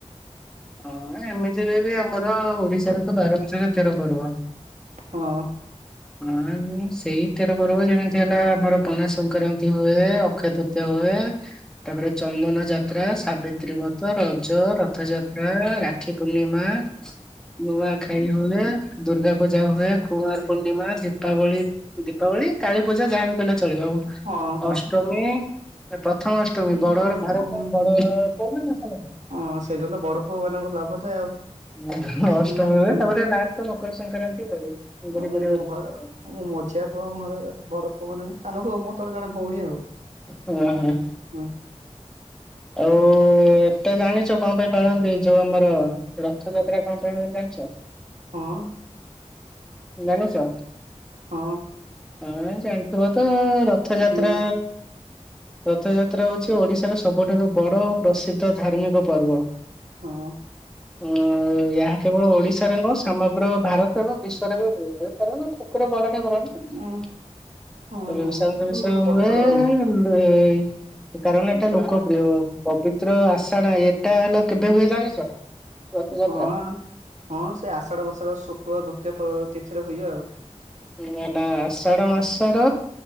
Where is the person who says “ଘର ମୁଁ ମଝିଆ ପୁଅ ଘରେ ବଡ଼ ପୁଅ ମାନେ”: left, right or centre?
Right